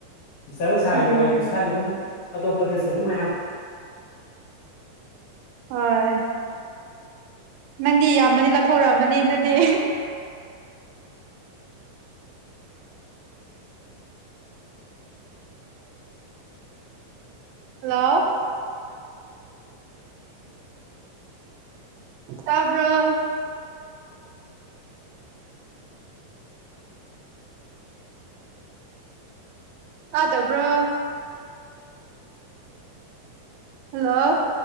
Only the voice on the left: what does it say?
ꯏꯆꯥꯗ ꯁꯥꯔꯤꯕ
ꯋꯥꯔꯤ ꯈꯨꯠꯁꯥꯥꯁꯦ ꯑꯗꯨꯝ ꯑꯇꯣꯞꯄꯗꯁꯨ ꯑꯗꯨꯝ ꯃꯌꯥꯝ